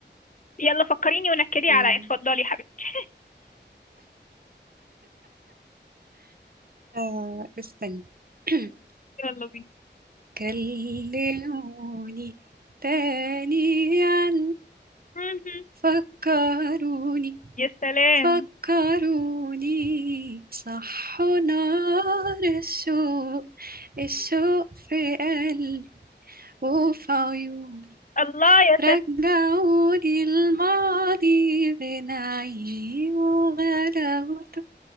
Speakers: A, on the left (about 45°); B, on the right (about 55°).
A: يلا فكريني ونكدي
B: مم.
A: عليا اتفضلي يا حبيبتي
B: آه استني <clears throat>
A: <laughs> يلا بينا
B: كلموني تاني عن
A: مهم.
B: فكروني
A: يا سلام
B: فكروني صحوا نار الشوق الشوق في قلبي وفي عيوني
A: الله يا
B: رجعوني
A: سلام
B: الماضي بين عيوني وغلاوته